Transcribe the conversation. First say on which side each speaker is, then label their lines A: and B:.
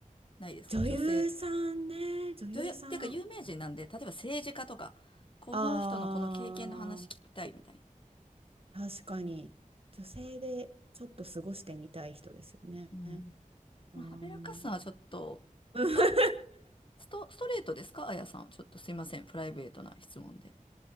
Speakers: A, on the left (about 35°); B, on the right (about 40°).
A: ないですか女性。
B: 女優さんね、女優さん。
A: 女優、っていうか有名人なんで、例えば政治家とか、この人のこの経験の話聞きたいみたい
B: あ確かに女性でちょっと過ごしてみたい人ですよね。
A: な。うん。
B: あー
A: まあ、はべらかすのはちょっと、
B: <laughs>
A: あ、スト、ストレートですかあやさん。ちょっとすいません。プライベートな質問で。